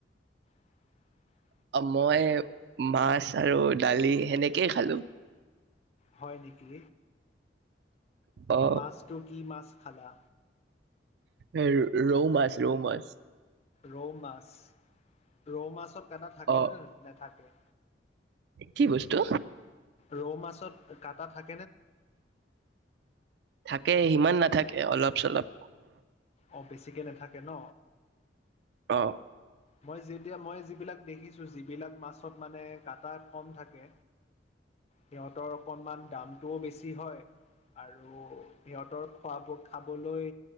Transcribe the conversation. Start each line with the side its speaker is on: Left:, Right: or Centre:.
Left: <inaudible>
Right: মই মাছ আৰু দালি সেনেকেই খালো
Left: হয় নেকি
Right: অ
Left: মাছটো কি মাছ খালা
Right: এ ৰৌ মাছ ৰৌ মাছ
Left: ৰৌ মাছ ৰৌ মাছৰ কানা থাকে
Right: অ
Left: নে নেথাকে
Right: কি বস্তু
Left: ৰৌ মাছত কাটা থাক
Right: থাকে সিমান নাথাকে অলপ চলপ
Left: অ বেছিকে নাথাকে ন
Right: অ
Left: মই যেতিয়া মই যিবিলাক দেখিছো যিবিলাক মাছত মানে কাটা কম থাকে সিহঁতৰ অকনমান দাম টো বেছি হয় আৰু সিহঁতৰ খোৱাব খাবলৈ